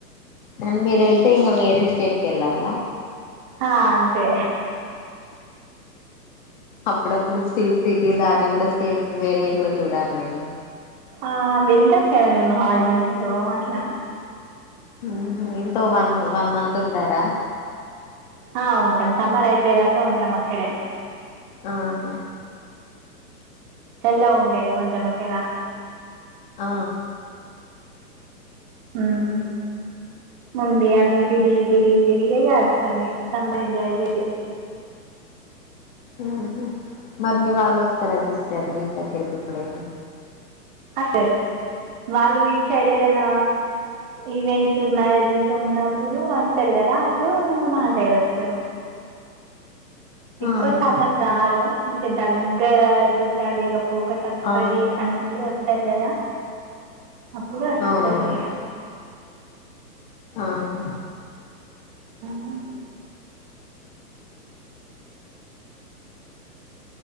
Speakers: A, on the left; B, on the right.
A: అని మీరు వెళ్తే ఇంకా వేరే స్టేట్కి వెళ్ళాల
B: ఆ అంతే
A: అప్పుడప్పుడు స్టేట్ సిటీ దాటి కూడా స్టేట్స్ వేరేవి కూడా చూడాలేండి
B: ఆ వెళ్తాం కదా మేము హాలిడేస్లో అట్లా
A: ఉమ్ ఎంతో వన్ వన్ మంత్ ఉంటారా
B: హ ఉంటాం సమ్మర్ అయిపోయేదాకా ఉంటాం అక్కడే
A: ఆహా
B: చల్లగ ఉంటది కొంచెం అక్కడ
A: ఆ
B: ఉమ్ వుండి అన్ని తిరిగి తిరిగి తిరిగి ఆగస్థ సమ్మీర్ సుమీ ఎంజాయ్ చేసి
A: ఉమ్ మరి మీ వాళ్ళు వస్తార సిస్టర్ మీ దగ్గరికి ఎప్పుడైనా
B: హా సార్ వాళ్ళు విడిచేడ్ఏదన ఈవెంట్స్ మ్యారేజెస్ ఉన్నప్పుడు వస్తారు కదా అప్పుడు మా సైడ్ వస్తారు ఎక్కువ
A: ఆహా
B: శాతం రారు ఇంక దగ్గర చుట్టాలు ఇగా పోక తప్ప
A: ఆ
B: అది అన్నంటు వస్తారు కదా అప్పుడు అస్తరు
A: అవునవును
B: ఇగ
A: ఆహా
B: ఉమ్